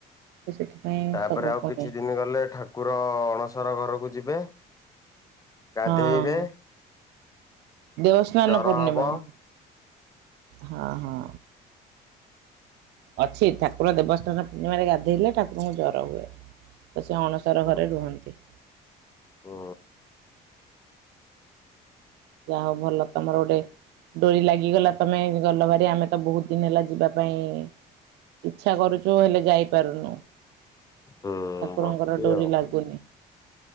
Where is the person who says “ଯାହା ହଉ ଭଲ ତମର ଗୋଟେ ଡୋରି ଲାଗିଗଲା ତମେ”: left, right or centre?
Right